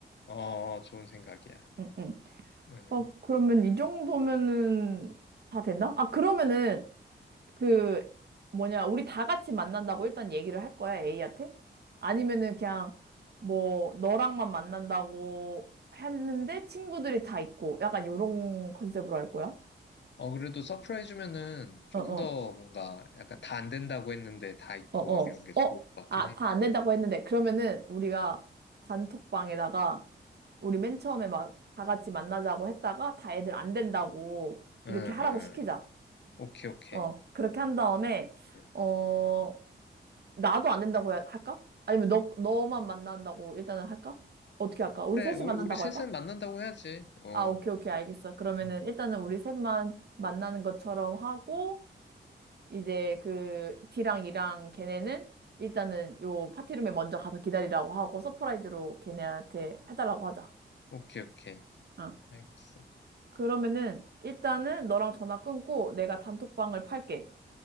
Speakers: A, on the left; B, on the right.
A: 어, 좋은 생각이야.
B: 응, 응.
A: 음.
B: 어, 그러면 이 정도면은 다 됐나? 아, 그러면은 그 뭐냐. 우리 다 같이 만난다고 일단 얘기를 할 거야, A한테? 아니면은 그냥 뭐 너랑만 만난다고 했는데 친구들이 다 있고 약간 요런 컨셉으로 할 거야?
A: 어, 그래도 서프라이즈면은 좀
B: 어어.
A: 더 뭔가 약간 다 안 된다고 했는데 다 있고
B: 어, 어,
A: 막 이런 게 좋을
B: 어,
A: 것 같긴
B: 아,
A: 해.
B: 다 안 된다고 했는데, 그러면은 우리가 단톡방에다가 우리 맨 처음에 막 다 같이 만나자고 했다가 다 애들 안 된다고
A: 응,
B: 이렇게 하라고
A: 응.
B: 시키자.
A: 오케이, 오케이.
B: 어, 그렇게 한 다음에,
A: 응.
B: 어, 나도 안 된다고 해- 할까? 아니면 너, 너만 만난다고 일단은 할까? 어떻게 할까? 우리
A: 그래,
B: 셋이
A: 우리,
B: 만난다고
A: 우리 셋은
B: 할까?
A: 만난다고 해야지. 어,
B: 아, 오케이, 오케이, 알겠어. 그러면은
A: 음,
B: 일단은 우리 셋만 만나는 것처럼 하고, 이제 그 D랑 E랑 걔네는 일단은 요 파티룸에 먼저 가서 기다리라고 하고 서프라이즈로 걔네한테 해달라고 하자.
A: 오케이, 오케이.
B: 어.
A: 알겠어.
B: 그러면은 일단은 너랑 전화 끊고 내가 단톡방을 팔게.